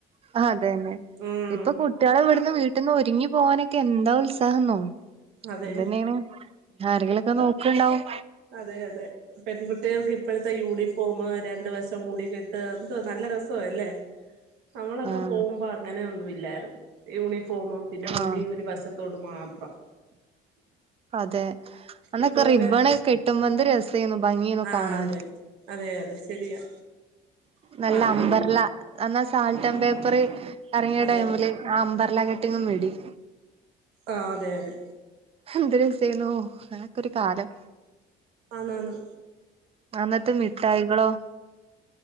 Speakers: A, on the right; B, on the right.
A: അതന്നെ
B: ഉം
A: ഇപ്പൊ കുട്ടികളെ ഇവിടുന്ന് വീട്ടിൽന്ന് ഒരുങ്ങി പോകാനൊക്കെ എന്താ ഉത്സാഹന്നോ
B: അതെ
A: ഇന്തന്നെയാണ് ആരെങ്കിലും ഒക്കെ നോക്കണ്ടാവും
B: അതെ അതെ പെൺകുട്ടികൾക്ക് ഇപ്പോഴത്തെ യൂണിഫോം രണ്ട് വസം മൂടിക്കെട്ടാ എന്തോ നല്ല രസവല്ലേ നമ്മളൊക്കെ
A: ആഹ്
B: പോകുമ്പോ അങ്ങനെ ഒന്നുല്ലായിരുന്നു യൂണിഫോമ് പിന്നെ മുടി
A: ആഹ്
B: ഒരു വശ ത്തോട് മാത്രം
A: അതെ അന്നൊക്കെ
B: ഇപ്പൊക്കെ
A: റിബണ് കെട്ടുമ്പോ എന്ത് രസേന്നു ഭംഗിയേന്നു
B: ആഹ്
A: കാണാന്
B: അതെ അതെ അതെ ശരിയാ അപ്പ
A: നല്ല
B: അങ്ങനൊന്നും
A: അമ്പർല അന്നാ ആ സാൾട്ടം പേപ്പർ ഇറങ്ങിയ
B: അതെ
A: ടൈമില് ആ അമ്പർല കട്ടിങ്ങും മിടിം
B: ആ അതെ അതെ
A: എന്ത് രസേനോ അങ്ങനെക്കൊരു കാലം
B: ആന്ന് ആന്ന്
A: അന്നത്തെ മിഠായികളോ